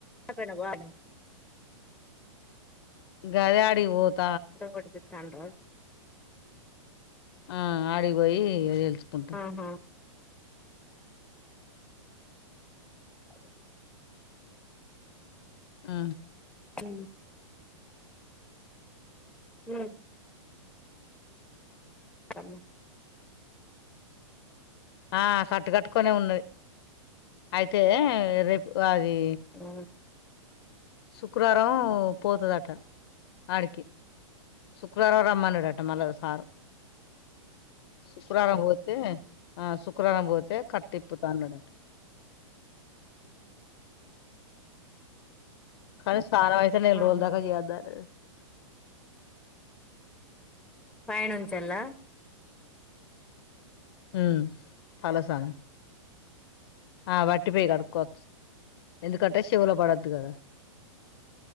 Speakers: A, in the centre; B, on the left.
A: పోయినవ్ బా
B: గదె ఆడికి పోత
A: బడిదే తండ్ర
B: ఆ ఆడిబొయి ఇగ తెల్సుకుంటా
A: ఆహా అదె
B: ఉ
A: ఉ ఉ డబ్బు
B: ఆ కట్టు కట్టుకొనే ఉన్నది అయితే రేపు గది
A: ఉ
B: సుక్రారం పోతదట ఆడికి సుక్రారం రమ్మన డట మల్ల సారు సుక్రారం పోతే ఆ సుక్రారం పోతే కట్టిప్పుతా అన్నాడట కని సానమ్ అయితే నెల్
A: ఆహా
B: రోల్ దాక చేయద్దన్నడట
A: ఫైనుంచెల్ల
B: ఉమ్ తాల సను ఆ వట్టి పెయ్యి కడుక్కోవచ్చు ఎందుకంటే శెవుల పడద్దు కదా